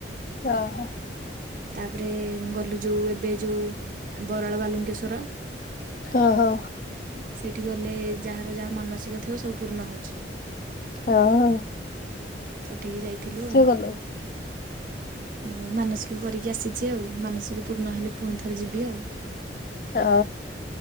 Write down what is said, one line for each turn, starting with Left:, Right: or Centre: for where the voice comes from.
Left: ଓହୋ।
Right: ତାପରେ ଗଲୁ ଯୋଉ ଏବେ ଯୋଉ ବରାଳ ବାଲୁଙ୍କେଶ୍ଵର।
Left: ହଁ ହଁ।
Right: ସେଇଠି ଗଲେ ଯାହାର ଯାହା ମାନସିକ ଥିବ ସବୁ ପୂର୍ଣ୍ଣ ହେଉଛି।
Left: ହ ଆଉ।
Right: ସେଠିକି ଯାଇଥିଲୁ ଆଉ।
Left: କଲୁ
Right: ମୁଁ ମାନସିକ କରିକି ଆସିଛି ଆଉ ମାନସିକ ପୂର୍ଣ ହେଲେ ପୁଣି ଥରେ ଯିବି ଆଉ।
Left: ହଁ